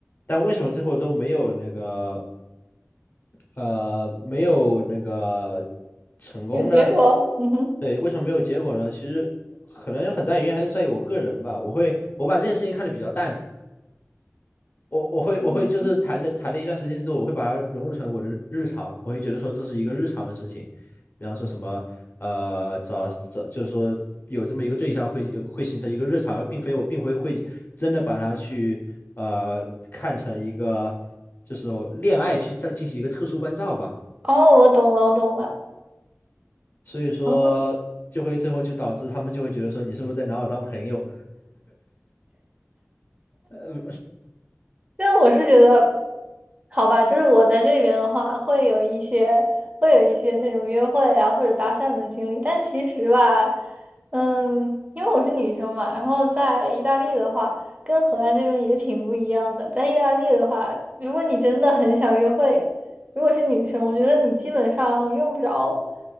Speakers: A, on the left; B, on the right.
A: 但为什么最后都没有那个呃没有那个成功呢？
B: 有结果，嗯哼，
A: 对，为什么没有结果呢？其实可能有很大原因还是在于我个人吧。我会我把这件事情看得比较淡，我我会我会就是谈的谈了一段时间之后，
B: 嗯嗯，
A: 我会把它融入成我的日常，我会觉得说这是一个日常的事情，比方说什么呃找找就是说有这么一个对象会有会形成一个日常，而并非我并非会真的把它去呃看成一个就是恋爱去再进行一个特殊关照吧，
B: 哦，我懂了，我懂了，
A: 所以说就会最后就导致他们就会觉得说你是不是在拿我当朋友？
B: 哦，
A: 呃
B: 因为我是觉得，好吧，就是我在这边的话，会有一些会有一些那种约会啊或者搭讪的经历，但其实吧，嗯，因为我是女生嘛，然后在意大利的话，跟荷兰这边也挺不一样的。在意大利的话，如果你真的很想约会，如果是女生，我觉得你基本上用不着